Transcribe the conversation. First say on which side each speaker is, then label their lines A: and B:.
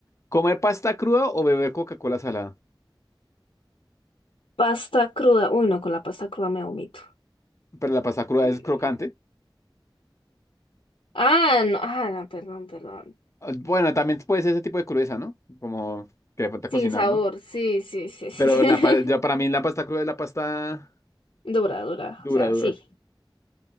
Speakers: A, on the left; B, on the left.
A: ¿Comer pasta cruda o beber Coca-Cola salada?
B: Pasta cruda. Uy, no, con la pasta cruda me vomito.
A: Pero la pasta cruda
B: Mm.
A: es crocante.
B: Ah, no, ah, no, perdón, perdón.
A: Ah, Bueno, también puede ser ese tipo de crudeza, ¿no? Como que le falta
B: Sin
A: cocinar,
B: sabor,
A: ¿no?
B: sí, sí, sí, sí.
A: Pero la, pa- ya para mí la pasta cruda es la pasta
B: <laughs> Dura, dura,
A: dura,
B: o sea,
A: dura.
B: sí.